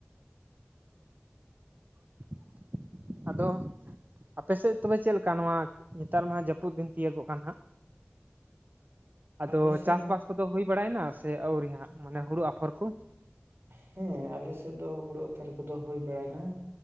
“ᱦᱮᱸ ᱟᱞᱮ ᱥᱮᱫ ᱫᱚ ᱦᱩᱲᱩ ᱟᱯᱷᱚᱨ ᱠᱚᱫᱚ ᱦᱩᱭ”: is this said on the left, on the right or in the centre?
Right